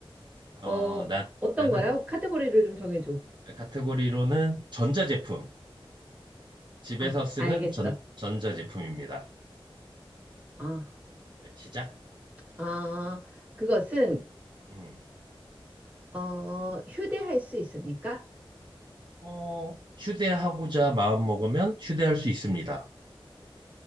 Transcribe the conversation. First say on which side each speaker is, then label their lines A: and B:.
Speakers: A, on the right (about 50°); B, on the right (about 15°).
A: 어,
B: 어,
A: 나,
B: 어떤
A: 나는
B: 거야? 카테고리를 좀 정해줘.
A: 카테고리로는 전자제품. 집에서
B: 아,
A: 쓰는
B: 알겠어.
A: 전, 전자제품입니다.
B: 어.
A: 네, 시작.
B: 아, 그것은
A: 음.
B: 어, 휴대할 수 있습니까?
A: 어, 휴대하고자 마음먹으면 휴대할 수 있습니다.